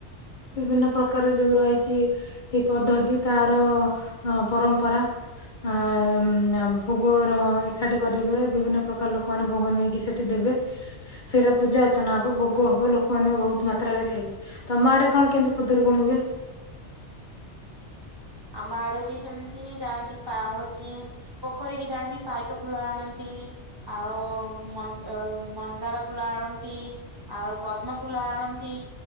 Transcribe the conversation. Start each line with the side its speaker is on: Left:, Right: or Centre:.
Left: ବିଭିନ୍ନ ପ୍ରକାର ଯୋଉ ରହିଚି ଏ ପଦ୍ଧତି ତାର ପରମ୍ପରା ଏ ଭୋଗର ଏକାଠି କରିବେ ବିଭିନ୍ନ ପ୍ରକାର ଲୋକମାନେ ଭୋଗ ନେଇକି ସେଇଠି ଦେବେ। ସେରା ପୂଜା ଅର୍ଚ୍ଚନା ହବ ଭୋଗ ହବ ଲୋକମାନେ ବୋହୁତ ମାତ୍ରାରେ ଖାଇବେ। ତମ ଆଡେ କଣ କେମିତି ଖୁଦୁରୁକୁଣି ହୁଏ?
Right: ଆମ ଆଡେ ବି ସେମିତି ଯାଆନ୍ତି ପାହୁଁଚି ପୋଖରୀ କି ଯାଆନ୍ତି ପାଇକ ଫୁଲ ଆଣନ୍ତି। ଆଉନ୍ଦ ମନ୍ଦ ମନ୍ଦାର ଫୁଲ ଆଣନ୍ତି। ଆଉ ପଦ୍ମ ଫୁଲ ଆଣନ୍ତି